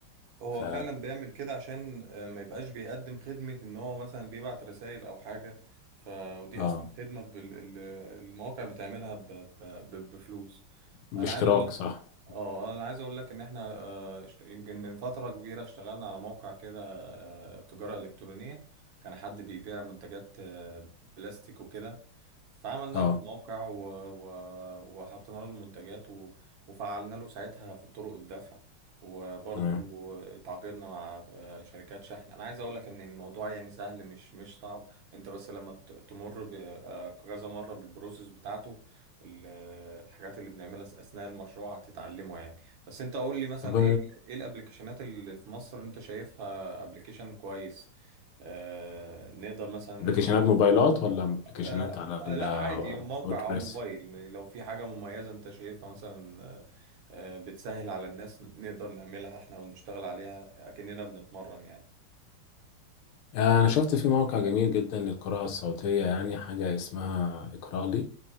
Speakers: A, on the right; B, on the left.
A: هو
B: ف
A: فعلا بيعمل كده عشان آه، ما يبقاش بيقدم خدمة ان هو مثلا بيبعت رسائل او حاجة ف ودي
B: اه
A: اصلا خدمة بال... ال- المواقع بتعملها ب... ب... ب... بفلوس
B: باشتراك
A: انا عايز اقول لك
B: صح
A: اه انا عايز اقول لك ان احنا آه، اشت- يمكن من فترة كبيرة اشتغلنا على موقع كده آه، تجارة الكترونية كان حد بيبيع منتجات آه، بلاستيك وكده فعملنا
B: اه
A: له الموقع و... و... وحطينا له المنتجات و... وفعلنا له ساعتها في طرق الدفع وبرضو
B: تمام
A: تعاقدنا مع آه، شركات شحن انا عايز اقول لك ان الموضوع يعني سهل مش مش صعب انت بس لما ت- تمر ب- آه، كذا مره بالبروسيس بتاعته ال- آه، الحاجات اللي بنعملها اثناء المشروع هتتعلمه يعني بس انت قول لي مثلا
B: طب
A: ايه ايه الابلكيشنات اللي في مصر انت شايفها ابلكيشن كويس آه، نقدر مثلا
B: ابلكيشنات موبايلات ولا ابلكيشنات
A: آه
B: على
A: آه،
B: الوردبريس
A: لا عادي موقع او موبايل لو في حاجة مميزة انت شايفها مثلا آه آه، بتسهل على الناس نقدر نعملها احنا ونشتغل عليها اكننا بنتمرن يعني
B: أنا شفت في موقع جميل جدا للقراءة الصوتية يعني حاجة اسمها اقرأ لي